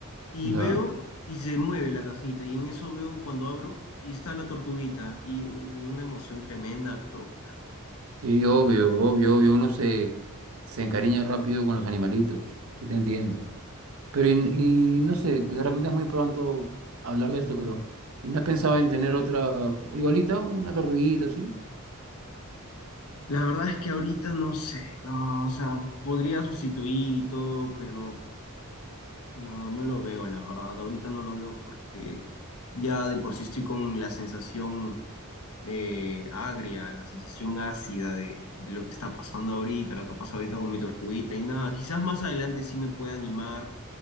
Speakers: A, on the left (about 80°); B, on the right (about 75°).
A: y
B: Ya.
A: veo y se mueve la cajita y en eso veo cuando abro y está la tortuguita y hubo una emoción tremenda, pero
B: Sí, obvio, obvio, obvio. Uno se, se encariña rápido con los animalitos. Sí, te entiendo. Pero, y, y no sé, de repente es muy pronto hablar de esto, pero. ¿Y no has pensado en tener otra igualita, una tortuguita así?
A: la verdad es que ahorita no sé, no, o sea, podría sustituir y todo, pero no, no lo veo, la verdad, ahorita no lo veo porque... Ya de por sí estoy con la sensación eh, agria, la sensación ácida de, de lo que está pasando ahorita, lo que pasa ahorita con mi tortuguita y nada. Quizás más adelante sí me pueda animar,